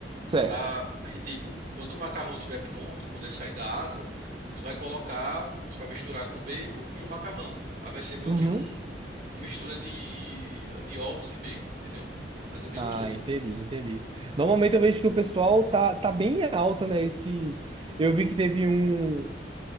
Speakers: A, on the right; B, on the right.
A: certo.
B: para dar e tipo, quando o macarrão estiver pronto, quando ele sair da água, tu vai colocar, tu vai misturar com bacon e o macarrão. Aí vai ser meio
A: Uhum.
B: que um uma mistura de de ovos e bacon, entendeu? Mas é bem
A: Ah,
B: gostoso.
A: entendi, entendi. Normalmente eu vejo que o pessoal tá, tá bem alta, né? Esse, eu vi que teve um.